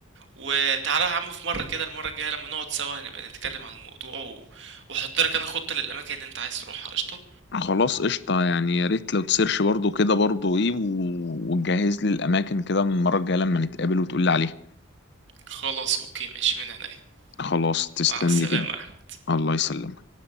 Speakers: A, on the right; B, on the left.
A: وتعالى يا عم في مرة كده المرة الجاية لما نقعد سوا هنبقى نتكلم عن الموضوع و... وأحط لك أنا خطة للأماكن اللي أنت عايز تروحها قشطة
B: خلاص قشطة يعني يا ريت لو تسيرش برضو كده برضو ايه و- وتجهز لي الأماكن كده من المرة الجاية لما نتقابل وتقول لي عليها
A: خلاص أوكي ماشي من عينيا
B: خلاص تسلم
A: مع السلامة
B: لي كده
A: يا أحمد
B: الله يسلمك